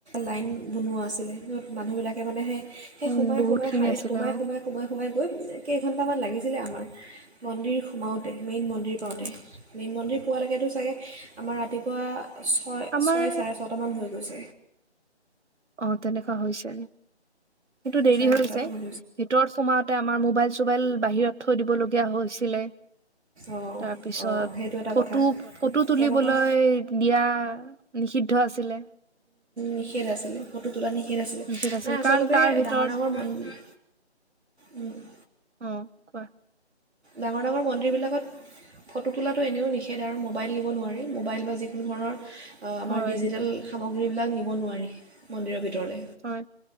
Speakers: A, on the right; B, on the right.
A: লাইন বনোৱা আছিলে। মানুহবিলাকে মানে সেই- সেই
B: উম
A: সোমাই
B: বহুত
A: সোমাই
B: খিনি
A: শাৰীত
B: আছিলে
A: সোমাই
B: অ
A: সোমাই সোমাই সোমাই- গৈ কেইঘণ্টামান লাগিছিলে আমাৰ মন্দিৰ সোমাওঁতে, মেইন মন্দিৰ পাওঁতে। মেইন মন্দিৰ পোৱালৈকেতো চাগে আমাৰ ৰাতিপুৱা- ছয়
B: আমাৰ
A: ছয়, চাৰে ছটামান হৈ গৈছে।
B: অহ তেনেকুৱা হৈছে। কিন্তু
A: ছয়
B: দেৰি
A: চাৰে
B: হৈছে।
A: ছটামান
B: ভিতৰত সোমাওঁতে আমাৰ মোবাইল-চোবাইল বাহিৰত থৈ দিবলগীয়া হৈছিলে।
A: অঁ
B: তাৰপিছত,
A: অঁ সেইটো এটা
B: ফটো
A: কথা
B: ফটো তুলিবলৈ
A: তেনেকুৱা
B: দিয়া- নিখিদ- দ্ধ আছিলে।
A: নিষেধ আছিলে ফটো তোলা নি- ষেধ আছিলে।
B: নিষেধ আছিল
A: নাই আচলতে
B: কাৰণ তাৰ ভিতৰত
A: ডাঙৰ ডাঙৰ মান- উম। <inaudible>
B: অহ কোৱা।
A: ডাঙৰ ডাঙৰ মন্দিৰবিলাকত ফটো তোলাটো এনেও নিষেধ আৰু। মোবাইল নিব নোৱাৰি, মোবাইল বা যিকোনো ধৰণৰ- অ আমাৰ
B: হয়
A: ডিজিটেল সামগ- সেই বিলাক নিব নোৱাৰি, মন্দিৰৰ ভিতৰলে।
B: হয়